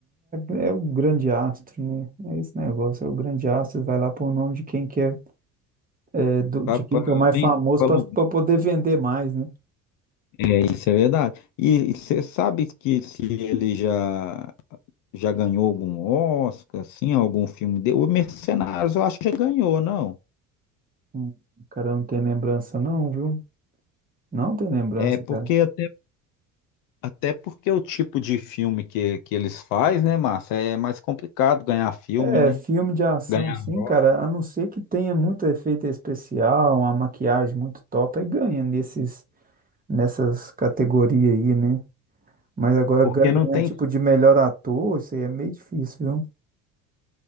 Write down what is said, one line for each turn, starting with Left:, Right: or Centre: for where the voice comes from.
Right: é, é o grande astro, né? É esse negócio, é o grande astro, vai lá pôr o nome de quem que é, é, do-
Left: Pra,
Right: de
Left: pra,
Right: quem que é o mais
Left: vem-
Right: famoso
Left: pra
Right: para
Left: lugar.
Right: poder vender mais, né?
Left: É, isso é verdade. E você sabe que se ele já, já ganhou algum Oscar, assim, algum filme dele? O Mercenários eu acho que já ganhou, não?
Right: Hum, O cara não tem lembrança não, viu? Não tem lembrança,
Left: É porque
Right: cara.
Left: até Até porque o tipo de filme que, que eles fazem, né, Márcia, é mais complicado ganhar filme,
Right: É,
Left: né?
Right: filme de ação,
Left: Ganhar
Right: sim,
Left: Oscar,
Right: cara, a não ser que tenha muito efeito especial, uma maquiagem muito top, aí ganha nesses, nessas categorias aí, né? Mas agora
Left: porque
Right: ga- ganhar
Left: não tem.
Right: tipo de melhor ator, isso aí é meio difícil, viu?